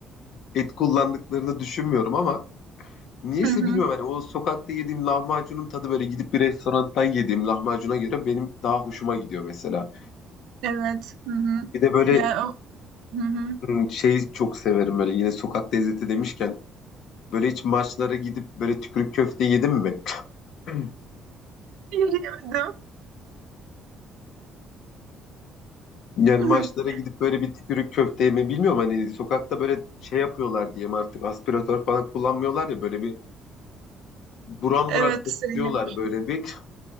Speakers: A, on the left; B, on the right.
A: et kullandıklarını düşünmüyorum ama niyeyse
B: Hı hı.
A: bilmiyorum hani o sokakta yediğim lahmacunun tadı böyle gidip bir restorandan yediğim lahmacuna göre benim daha hoşuma gidiyor mesela.
B: Evet. Hı hı.
A: Bir de böyle
B: Yani o hı hı.
A: hmm, şeyi çok severim böyle yine sokak lezzeti demişken Böyle hiç maçlara gidip böyle tükürük köfte yedin mi? <clears throat> <laughs>
B: Yemedim.
A: Yani
B: <laughs>
A: maçlara gidip böyle bir tükürük köfte yeme bilmiyorum hani sokakta böyle şey yapıyorlar diyeyim artık aspiratör falan kullanmıyorlar ya böyle bir buram
B: Evet
A: buram kokuyorlar
B: seni yemiş.
A: böyle bir. <clears throat>